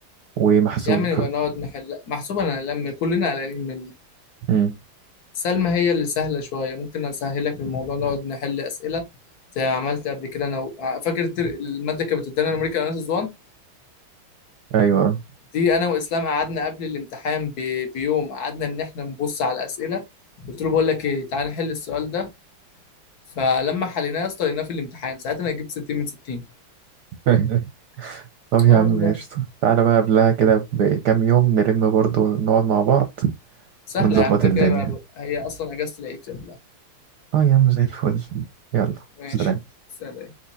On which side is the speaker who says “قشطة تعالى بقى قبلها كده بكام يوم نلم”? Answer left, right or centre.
Right